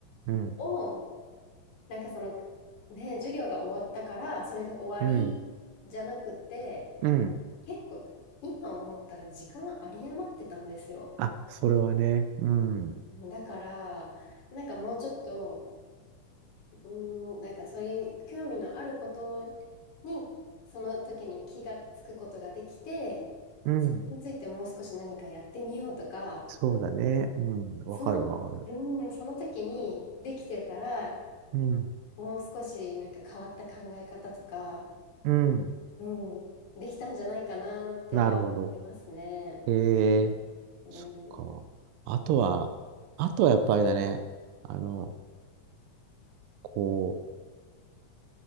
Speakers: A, on the right; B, on the left.
A: うん、
B: を、なんかその、ね、授業が終わったから、それで終わりじゃなくて、
A: うん、うん。
B: 結構、今思ったら時間あり余ってたんですよ。
A: あ、それはね、うん、
B: だから、なんかもうちょっと、うーん、なんかそれに興味のあることに、その時に気がつくことができて、
A: うん。
B: それについてもう少し何かやってみようとか、
A: そうだね。うん、わかるわかる。
B: その、うーん、その時にできてたら、
A: うん、
B: もう少しなんか変わった考え方とか、
A: うん。
B: うん、できたんじゃないかなっては思いますね。
A: なるほど。えー、
B: うん。
A: そっか。あとは、あとはやっぱりだね。あの、こう、